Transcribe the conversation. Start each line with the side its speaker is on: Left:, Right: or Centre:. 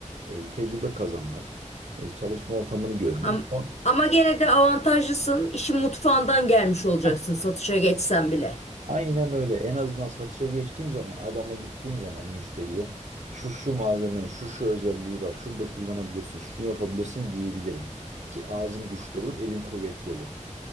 Right: e, tecrübe kazanmak, e, çalışma ortamını görmek.
Left: Ama,
Right: O-
Left: ama gene de avantajlısın. İşin mutfağından gelmiş olacaksın
Right: Ha,
Left: satışa geçsen bile.
Right: Aynen öyle. En azından satışa geçtiğim zaman, adama gittiğim zaman müşteriye şu şu malzemenin şu şu özelliği var. Şurada kullanabilirsin, şunu yapabilirsin diyebilirim. Ki ağzım güçlü olur, elim kuvvetli olur.